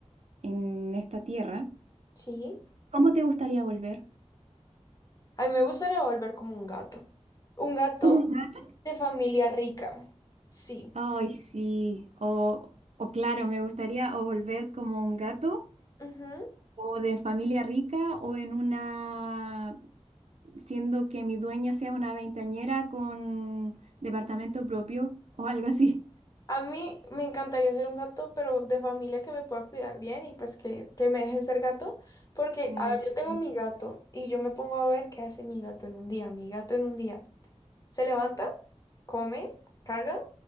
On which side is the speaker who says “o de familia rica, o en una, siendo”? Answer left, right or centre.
Right